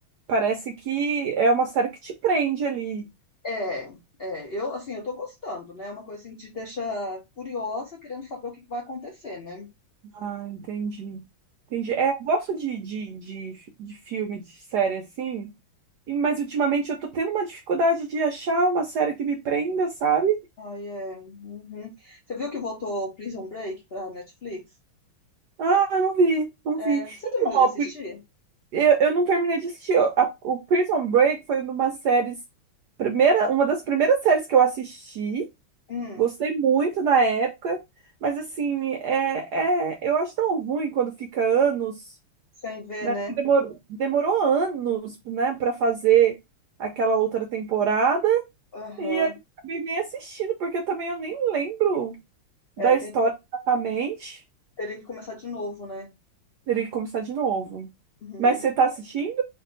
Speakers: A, on the right; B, on the left.
A: parece que é uma série que te prende ali.
B: É, é, eu assim, eu tô gostando, né? É uma coisa assim, que te deixa curiosa, querendo saber o que que vai acontecer, né?
A: Ah, entendi. Entendi. É, eu gosto de, de, de, de filme, de série assim, e- mas ultimamente eu tô tendo uma dificuldade de achar uma série que me prenda, sabe?
B: Ai, é. uhum. Você viu que voltou Prison Break pra Netflix?
A: Ah, não vi, não
B: É,
A: vi.
B: você
A: Então,
B: terminou
A: ó,
B: de assistir?
A: eu, eu não terminei de assistir. a- o Prison Break foi uma séries, primeira, uma das primeiras séries que eu assisti.
B: Hum,
A: Gostei muito na época, mas assim, é, é, eu acho tão ruim quando fica anos,
B: sem ver,
A: né?
B: né?
A: Porque demorou, demorou anos, né, para fazer aquela outra temporada,
B: Aham.
A: e aí eu acabei nem assistindo, porque também eu nem lembro
B: É,
A: da
B: tem-
A: história exatamente.
B: teria que começar de novo, né?
A: Teria que começar de novo.
B: Uhum.
A: Mas você tá assistindo?